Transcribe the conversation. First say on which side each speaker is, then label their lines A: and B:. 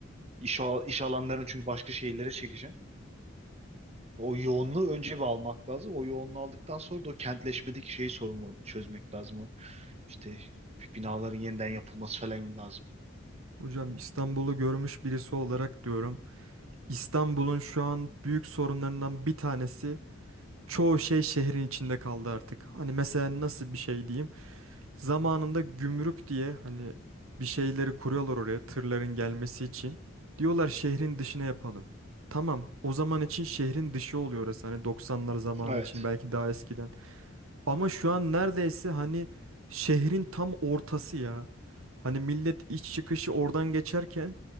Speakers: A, on the right; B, on the right.
A: iş, al- iş alanlarını çünkü başka şehirlere çekeceksin. O yoğunluğu önce bir almak lazım. O yoğunluğu aldıktan sonra da o kentleşmedeki şeyi sorunu çözmek lazım. İşte binaların yeniden yapılması falan lazım.
B: Hocam İstanbul'u görmüş birisi olarak diyorum. İstanbul'un şu an büyük sorunlarından bir tanesi çoğu şey şehrin içinde kaldı artık. Hani mesela nasıl bir şey diyeyim? Zamanında gümrük diye hani bir şeyleri kuruyorlar oraya tırların gelmesi için. Diyorlar şehrin dışına yapalım. Tamam, o zaman için şehrin dışı oluyor orası. Hani 90'lar zamanı
A: Evet.
B: için belki daha eskiden. Ama şu an neredeyse hani şehrin tam ortası ya. Hani millet iç çıkışı oradan geçerken